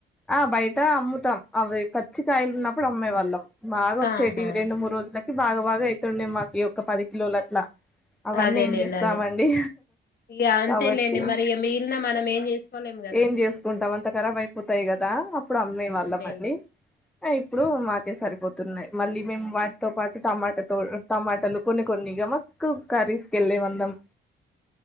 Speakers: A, in the centre; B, on the left.
A: ఆ బయట అమ్ముతాం అవి పచ్చికయలు ఉన్నప్పుడు అమ్మేవాళ్ళం బాగా వచ్చేటివి
B: ఆహా
A: రెండు మూడు రోజులకి బాగా బాగా అయితుండేవి మాకి ఒక పది కిలోలు అట్లా అవన్నీ
B: అదేలేండి
A: ఏం చేస్తామండి
B: అదే ఇగ అంతేలేండి
A: కాబట్టి
B: మరి ఇగ మిగిలిన మనం ఏం చేసుకోలేం కదా
A: ఏం చేసుకుంటాం అంత కరా అై పోతాయి కదా అప్పుడు అమ్మాయి
B: అవునులేండి
A: వాళ్ళమండి ఇప్పుడు మాకే సరిపోతు న్నాయి మళ్ళీ మేము వాటితో పాటు టమాటాతో టమాటలు కొన్ని కొన్నిగా మాకు కర్రీస్ క వెళ్ళేమందం